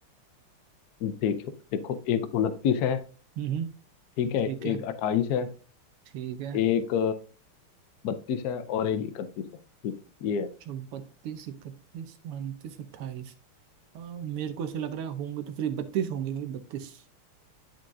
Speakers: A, on the left; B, on the right.
A: देखो देखो एक उनतीस है
B: हम्म हम्म।
A: ठीक है
B: ठीक है
A: एक अट्ठाईस है
B: ठीक है
A: एक बत्तीस है और एक इकतीस है ठीक है ये
B: तो बत्तीस इकतीस उनतीस अट्ठाईस मेरे को ऐसे लग रहा है होंगे तो फिर बत्तीस होंगे भाई बत्तीस